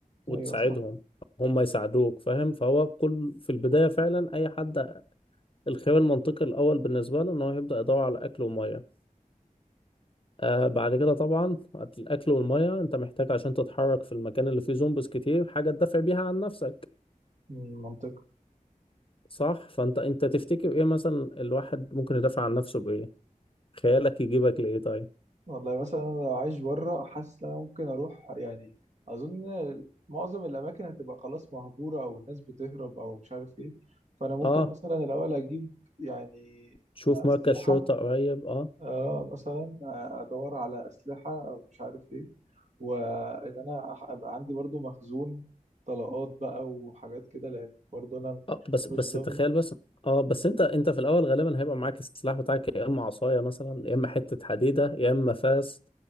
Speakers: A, on the left (about 40°); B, on the right (about 55°).
A: وتساعدهم
B: أيوه صح
A: هم يساعدوك فاهم فهو كل في البدايه فعلا اي حد الخيار المنطقي الاول بالنسبه له ان هو يبدا يدور على اكل وميه آه بعد كده طبعا الاكل والميه انت محتاج عشان تتحرك في المكان اللي فيه زومبيز كتير حاجه تدافع بيها عن نفسك
B: مم، منطقي
A: صح فانت انت تفتكر ايه مثلا الواحد ممكن يدافع عن نفسه بايه خيالك يجيبك لايه طيب
B: والله مثلا انا لو عايش بره حاسس ان انا ممكن اروح يعني اظن معظم الاماكن هتبقى خلاص مهجوره او الناس بتهرب او مش عارف ايه فانا ممكن
A: اه
B: مثلا الاول اجيب يعني
A: تشوف
B: اسلحه
A: مركز شرطة قريب اه
B: اه مثلا ادور على اسلحه او مش عارف ايه وان انا أح- ابقى عندي برضو مخزون طلقات بقى وحاجات كده لان برضو انا
A: اه بس
B: مش
A: بس
B: ضامن
A: تخيل بس اه بس انت انت في الاول غالبا هيبقى معاك السلاح بتاعك يا اما عصاية مثلا يا اما حتة حديدة يا اما فاس